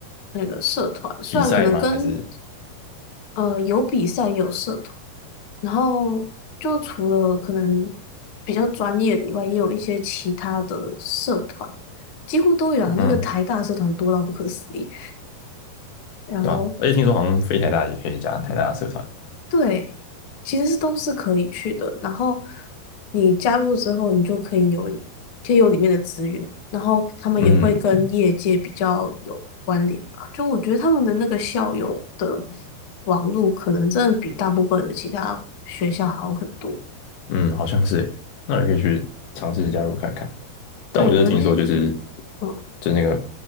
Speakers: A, on the left; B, on the left.
A: 那个社团，虽然可能跟
B: 比赛吗？还是
A: 呃，有比赛，有社团，然后就除了可能比较专业的以外，也有一些其他的社团，几乎都有啊。
B: 嗯，
A: 那个台大社团多到不可思议，然后
B: 对啊，而且听说好像飞台大也可以加台大社团，
A: 对，其实是都是可以去的。然后你加入之后，你就可以有可以有里面的资源，然后他们也会跟业界比较有关联吧。
B: 嗯
A: 就我觉得他们的那个校友的网络，可能真的比大部分的其他学校好很多。
B: 嗯，好像是耶，那你可以去尝试加入看看。但我就是听说，
A: 对，我那
B: 就是
A: 嗯
B: 就那个